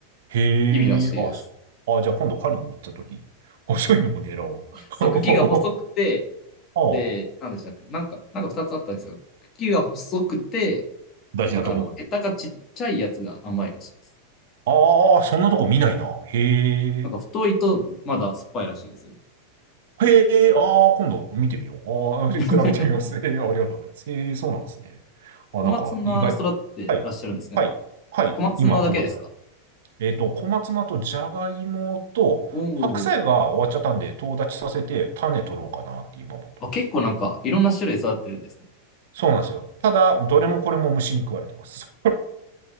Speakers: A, on the right (about 55°); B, on the left (about 30°).
A: へえ。
B: 意味らしいです。
A: あ、そあ、じゃあ今度狩りに行った時、細いのを狙おう。
B: そう、茎が細くて、
A: <laughs> ああ、
B: で、なんでしたっけなんか、なんか二つあったんですよ。茎が細くて、
A: 大事なとこ。
B: なんかあの、ヘタがちっちゃいやつが甘いらしいです。
A: ああ、そんなとこ見ないな。へえ。
B: なんか太いとまだ酸っぱいらしいですよ。
A: へえ、ああ、今度見てみよう。ああ、<laughs> 比べてみます。
B: <laughs>
A: <laughs> へえありがとうございます。へえ、そうなんですね。あ、
B: 小松菜育ってらっしゃるんですね。
A: なんか、意外。はい。はい。はい。
B: 小松菜だけですか
A: 今、小松菜。えっと、小松菜とじゃがいもと、
B: おお。
A: 白菜が終わっちゃったんで、とう立ちさせて、種取ろうかなって今思ってます。
B: あ、結構なんかいろんな種類育ってるんですね。
A: そうなんですよ。ただ、どれもこれも虫に食われてます。